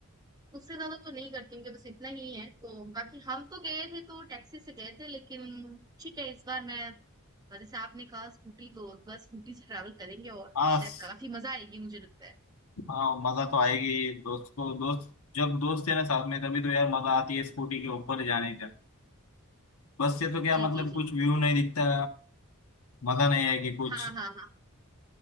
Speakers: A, on the right; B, on the left.
A: उससे ज्यादा तो नहीं करते क्योंकि बस इतना ही है तो बाकी हम तो गए थे तो टैक्सी से गए थे लेकिन ठीक है इस बार मैं और जैसे आपने कहा स्कूटी तो बस स्कूटी से ट्रैवल करेंगे और
B: हाँ
A: शायद
B: स-
A: काफी मजा आएगी मुझे लगता है
B: हाँ मज़ा तो आएगी दोस्त को दोस्त जब दोस्त है ना साथ में तभी तो यार मज़ा आती है स्कूटी के ऊपर जाने का बस से तो क्या
A: जी
B: मतलब
A: जी जी
B: कुछ
A: जी।
B: व्यू नहीं दिखता मज़ा नहीं आएगी कुछ
A: हाँ हाँ हाँ